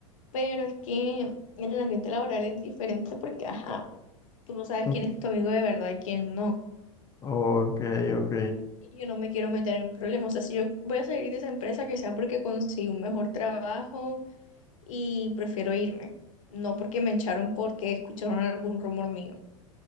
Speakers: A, on the left; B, on the left.
A: Pero es que el ambiente laboral es diferente porque, ajá, tú no sabes
B: <laughs>
A: quién es tu amigo de verdad y quién no.
B: Ok, ok.
A: Y yo no me quiero meter en problemas. O sea, si yo voy a salir de esa empresa, que sea porque conseguí un mejor trabajo y prefiero irme. No porque me echaron porque escucharon algún rumor mío.